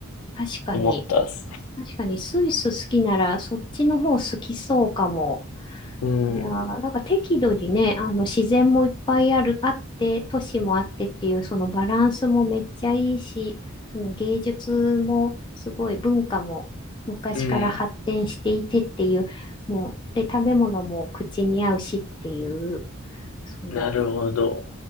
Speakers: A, on the left (about 20°); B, on the left (about 80°).
A: 確かに。
B: 思ったっす。
A: 確かに、スイス好きなら、そっちの方好きそうかも。
B: うん、
A: いやー、なんか適度にね、あの自然もいっぱいある、あって、都市もあってっていう、そのバランスもめっちゃいいし、その芸術もすごい文化も昔から発展していてっていう、
B: うん。
A: もう、で、食べ物も口に合うしっていう、その
B: なるほど。